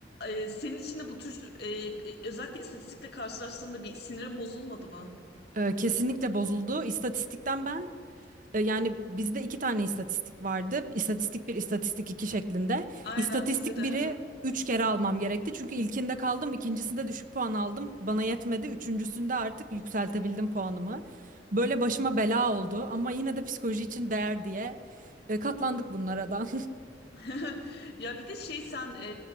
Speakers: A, on the left; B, on the right.
A: e, senin için de bu tür e, özellikle istatistikle karşılaştığında bir sinirin bozulmadı mı?
B: Ee, kesinlikle bozuldu. İstatistikten ben e, yani bizde iki tane istatistik vardı. İstatistik bir, istatistik iki şeklinde.
A: Aynen
B: İstatistik
A: bizde de.
B: biri
A: <laughs>
B: üç kere almam gerekti. Çünkü ilkinde kaldım, ikincisinde düşük puan aldım. Bana yetmedi. Üçüncüsünde artık yükseltebildim puanımı. Böyle başıma bela oldu ama yine de psikoloji için değer diye e, katlandık bunlara da.
A: <laughs> Ya bir de şey sen e,